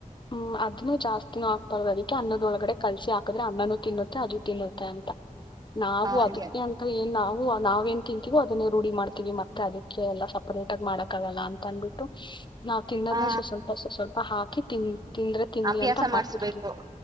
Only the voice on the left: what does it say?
ಹ್ಮ್ ಅದನ್ನೂ ಜಾಸ್ತಿನೂ ಹಾಕಬಾರದು ಅದಿಕ್ಕೆ ಅನ್ನದೊಳಗಡೆ ಕಲ್ಸಿ ಹಾಕದ್ರೆ ಅನ್ನನನು ತಿನ್ನುತ್ತೆ ಅದು ತಿನ್ನುತ್ತಾ ಅಂತ ನಾವು
ಅದಕ್ಕೆ ಅಂತ ಏನ್ ನಾವು ನಾವೇನ್ ತಿಂತೀವೋ ಅದನ್ನೇ ರೂಢಿ ಮಾಡ್ತಿವಿ ಮತ್ತೆ ಅದಕ್ಕೆ ಎಲ್ಲ ಸಪರೇಟ್ ಆಗಿ ಮಾಡಕ್ಕೆಆಗಲ್ಲಅಂತ ಅಂದ್ಬಿಟ್ಟು ನಾ ತಿನ್ನದ್ನ
ಸ್ವಲ್ಪ ಸ್ವಲ್ಪ ಹಾಕಿ ತಿ ತಿಂದ್ರೆ ತಿನ್ಲಿ
ಅಂತ ಹಾಕಿರ್ತವಿ